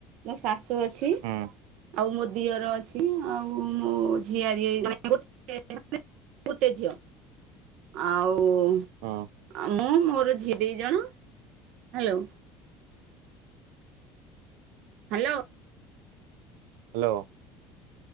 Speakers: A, on the right; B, on the right.
A: ମୋ ଶାଶୁ ଅଛି
B: ହୁଁ
A: ଆଉ ମ ଦିଅର ଅଛି ଆଉ ମୋ ଝିଆରି ଏଇ ମାନେ ଗୋଟେ ମାନେ <unintelligible> ଗୋଟେ ଝିଅ ଆଉ। ଉ
B: ହୁଁ
A: ମୁଁ ମୋର ଝି ଦି ଜଣ hello. Hello.
B: Hello.